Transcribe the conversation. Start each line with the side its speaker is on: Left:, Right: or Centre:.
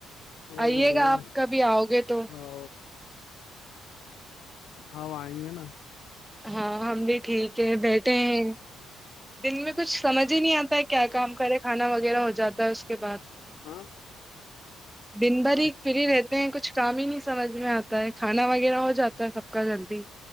Left: اور
Centre: آئیے
Left: بڑھیا
Centre: گا آپ کبھی آؤ گے تو
Left: ہاں ہاں وہ آئیں گے نا
Centre: ہاں ہم بھی ٹھیک ہے بیٹھے ہیں دن میں کچھ سمجھ ہی نہیں آتا ہے کیا کام کرے کھانا وغیرہ ہو جاتا ہے اس کے بعد
Left: ہاں
Centre: <inaudible> دن بھر
Left: ہاں
Centre: ہی
Left: ہاں
Centre: فری رہتے ہیں کچھ کام ہی نہیں سمجھ میں آتا ہے کھانا وغیرہ ہو جاتا ہے سب کا جلدی